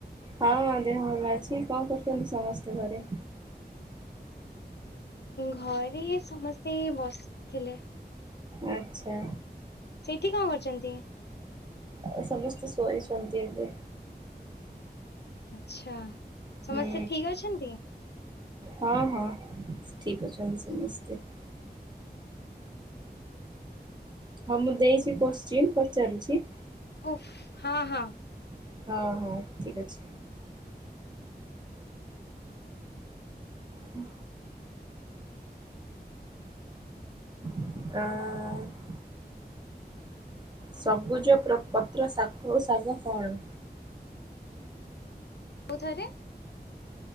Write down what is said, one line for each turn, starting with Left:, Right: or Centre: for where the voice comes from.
Right: ହଁ ଦେହ ଭଲ ଅଛି କଣ କରୁଚନ୍ତି ସମସ୍ତେ ଘରେ?
Left: ଘରେ ଇଏ ସମସ୍ତେ ବସ୍-ଥିଲେ।
Right: ଆଚ୍ଛା।
Left: ସେଇଠି କଣ କରୁଛନ୍ତି?
Right: ଆଉ ସମସ୍ତେ ଶୋଇଛନ୍ତି ଏବେ।
Left: ଆଛା ସମସ୍ତେ
Right: ହୁଁ
Left: ଠିକ୍ ଅଛନ୍ତି?
Right: ହଁ ହଁ ଠିକ୍ ଅଛନ୍ତି ସମସ୍ତେ। ହଁ ମୁଁ ଦେଇଚି କୋଶ୍ଚିିନି ପଚାରୁଚି।
Left: ଓଫ୍ ହଁ ହଁ।
Right: ହଁ ହଉ ଠିକ୍ ଅଛି। ହୁଁ ଆଁ ସବୁଜ ପ୍ର ପତ୍ର ଶାକ ଓ ଶାଗ କଣ?
Left: ଆଉ ଥରେ?